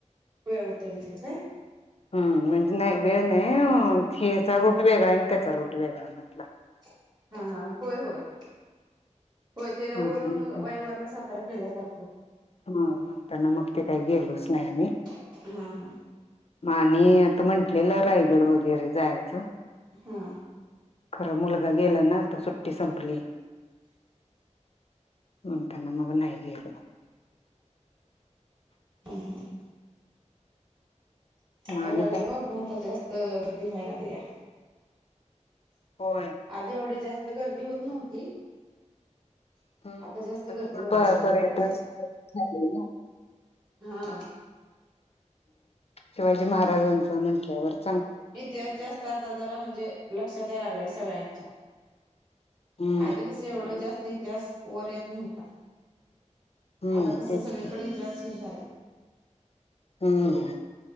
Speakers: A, on the right; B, on the left.
A: वेळ होतेय म्हणाल काय
B: हम् म्हणजे नाही वेळ नाही हेचा रोट वेगळा आहे त्याचा रोट वेगळा म्हटला
A: हा, हा, होय, होय, होय. ते वळून
B: म्हणताना
A: मग वाय वरण सातरा केल्यासारखा
B: हा म्हणताना मग ते काही गेलोच नाही आम्ही
A: हा हा.
B: मग आणि आता म्हंटलेलं रायगड वगैरे जायचं.
A: हा.
B: खरं मुलगा गेला ना तर सुट्टी संपली. म्हण त्यांना मग नाही गेल
A: हम् हम्.
B: मग
A: रायगडवर
B: आणि काय
A: पण आता जास्त गर्दी व्हायला लागली या
B: होय
A: आधी एवढी जास्त गर्दी होत नव्हती.
B: हम्म
A: आता जास्त
B: कसं
A: गर्दी व्ययल्या रायगडावर
B: पर्यटन स्थळ झालंय
A: हा.
B: शिवाजी महाराजांचं म्हंटल्या वरती
A: इतिहास जास्त आता जरा म्हणजे लक्षात याय लागलाय सगळ्यांच्या
B: हम्म
A: आधी कस एवढा जास्त इतिहास वर येत नव्हता.
B: हम्म
A: आता कस
B: तेच
A: सगळीकडे
B: की.
A: इतिहास सुर झालाय
B: हम्म.